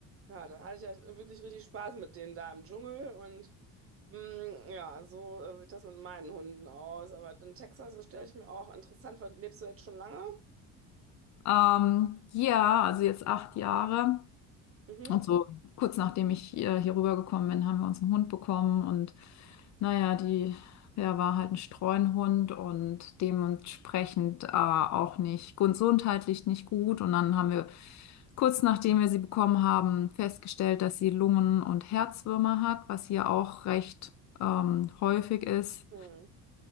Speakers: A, on the right (about 35°); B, on the left (about 50°).
A: ja, da hatte ich ja wirklich richtig Spaß mit denen da im Dschungel und Mm, Ja, so äh, sieht das mit meinen Hunden aus. Aber in Texas, das stelle ich mir auch interessant vor. Lebst du jetzt schon lange?
B: Ähm, ja, also jetzt acht Jahre.
A: Mhm.
B: Und so kurz nachdem ich äh, hier rübergekommen bin, haben wir uns einen Hund bekommen und naja, die, der war halt ein Streunhund und dementsprechend äh, auch nicht gesundheitlich nicht gut. Und dann haben wir kurz nachdem wir sie bekommen haben, festgestellt, dass sie Lungen- und Herzwürmer hat, was hier auch recht ähm, häufig ist.
A: Hm.